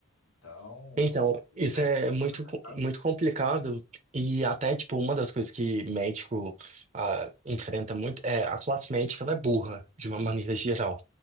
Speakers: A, on the left; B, on the right.
A: Então,
B: Então,
A: é um
B: isso
A: grande
B: é muito,
A: pra
B: co-
A: cá
B: muito complicado e até, tipo, uma das coisas que médico ah, enfrenta muito é a classe médica, ela é burra, de uma maneira geral.